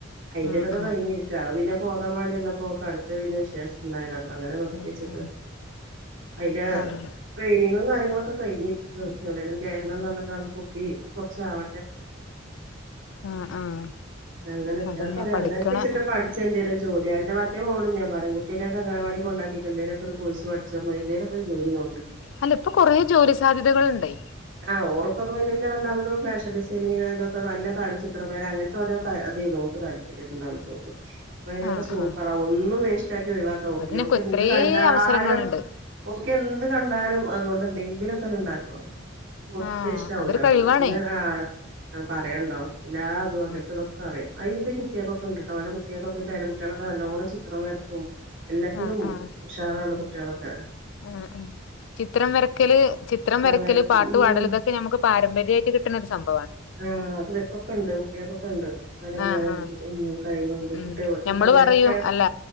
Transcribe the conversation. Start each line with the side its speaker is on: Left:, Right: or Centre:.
Right: അയിന്റേതൊക്കെ
Left: ഉം ഉം
Right: കഴിഞ്ഞിരിക്ക പിന്നെ പോകാൻ വാണ്ടി നിന്നപ്പൊ ഓക്ക് അടുത്ത് പിന്നെ വിശേഷണ്ടായത് അപ്പൊ അങ്ങനെ നിർത്തിച്ച്ക്കാണ്
Left: ഉം ഉം
Right: അയ്ന്റെ
Left: അതെ
Right: ട്രെയിനിങ്ങും കാര്യങ്ങളൊക്കെ കയ്ഞ്ഞിര്ക്കാണ് എവിടെലും കേര്ണംന്നർഞ്ഞാണ്ട് കുട്ടി കൊർച്ചാവ
Left: ആഹ് ആഹ്
Right: അങ്ങനെ
Left: അതന്നെ
Right: ഞാൻ പറിയാ
Left: പഠിക്കണ
Right: അവനാൻക്കെച്ച്ട്ട് പഠിച്ചെന്തേലു ജോലി ഞാന്റെ മറ്റേ മോളോടും ഞാൻ പറിം കുട്ടിനൊക്കെ അങ്ങനവാടി കൊണ്ടാക്കിറ്റെന്തേലൊക്കൊര് കോഴ്സ് പഠിച്ചാ മതി എന്തേലൊക്കൊര് ജോലി നോ
Left: അല്ല പ്പൊ കൊറേ ജോലി സാധ്യതകള്ണ്ടെ
Right: ആഹ് ഓൾക്കൊക്കെ ഇന്റെ രണ്ടാമത്തോള് ‌ ഫാഷൻ ഡിസൈൻ <unintelligible> ചിത്രം <unintelligible> അങ്ങൻത്തരോ ക തെയ്ന്നു ഓക്ക് താല്പര്യം രണ്ടാമത്തോക്ക് പ്പയ്നൊക്കെ
Left: ആഹ്
Right: സൂപ്പറാ
Left: ആഹ്
Right: ഓ ഒന്നും വേസ്റ്റാക്കി ഒഴിവാക്ക ഓക്കില്ല
Left: അതിനൊക്കെ
Right: ഓക്കെന്ത്
Left: എത്രേ
Right: കണ്ടാലും
Left: അവസരങ്ങളുണ്ട്
Right: ഓക്കെന്ത് കണ്ടാലും അതോണ്ട് എന്തെങ്കിലൊക്കെങ്ങട്ട് ണ്ടാക്കണം ഒന്നും
Left: ആഹ്
Right: വേസ്റ്റാവൂല
Left: അതൊരു
Right: ഓൾത്
Left: കഴിവാണേ
Right: ങ്ങനെ ആ പറയാണ്ടോ എല്ലാതും അങ്ങൻത്തതൊ
Left: ഉം
Right: ക്കറിം അയ്ഞ്ഞിപ്പൊ ഈ കുട്ട്യാക്കൊക്കെണ്ട്ട്ടോ ഓലെ കുട്ട്യാക്കൊക്കെ ഇ പേരകുട്ട്യാളൊക്കെ നല്ലോണ്ണം ചിത്രം വരക്കും എല്ലത്തിനും
Left: ആഹ് ആഹ്
Right: ഉഷാറാണ് കുട്ട്യാളൊക്കെ
Left: ആഹ് ആഹ് ചിത്രം വരക്കല് ചിത്രം വരക്കല്
Right: വരക്കും
Left: പാട്ട്
Right: ഉം
Left: പാടല് ഇതൊക്കെ ഞമ്മക്ക് പാരമ്പര്യായിട്ട് കിട്ട്ണൊരു സംഭവാണ്
Right: ആഹ് അത് വര്ക്കൊ ക്കെണ്ട് കുട്ട്യാക്കൊക്കെണ്ട് ഓ ലെ മ്മാരെ
Left: ആഹ് ആഹ്
Right: കഴിവ്ണ്ട്
Left: ഉം
Right: കുട്ട്യാ ചിത്രം
Left: ഞമ്മള്
Right: വരക്കെ
Left: പറയും അല്ല